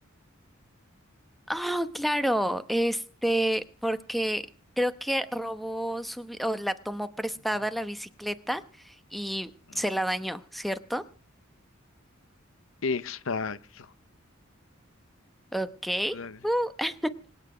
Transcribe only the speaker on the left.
Ujú,
ujú.
Exacto.
Dale.